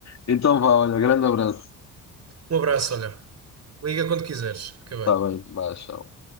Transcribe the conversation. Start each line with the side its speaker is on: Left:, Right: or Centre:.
Left: Então vá, olha, grande abraço.
Right: Um abraço, olha. Liga quando quiseres. Fica bem.
Left: Está bem, vá, tchau.